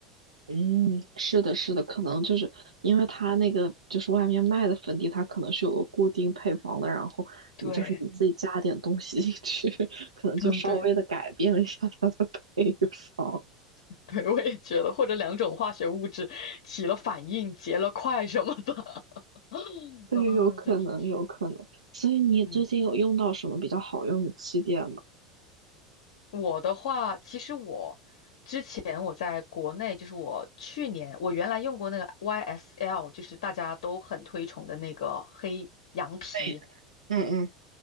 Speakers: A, on the right; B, on the left.
A: 嗯，是的，是的，可能就是因为它那个就是外面卖的粉底，它可能是有个固定配方的，然后你就是你自己加点东西进去，
B: 对，
A: <laughs> 可能就稍微的改变了一下它的配方。
B: 嗯，对。<laughs> 对，我也觉得，或者两种化学物质起了反应，结了块什么的。<laughs>
A: 对，
B: 嗯，
A: 有可能，
B: 真是，
A: 有可能。所以你最近有用到什么比较好用的气垫吗？
B: 嗯，我的话，其实我之前我在国内，就是我去年我原来用过那个 YSL，就是大家都很推崇的那个黑羊皮，
A: 对，嗯嗯，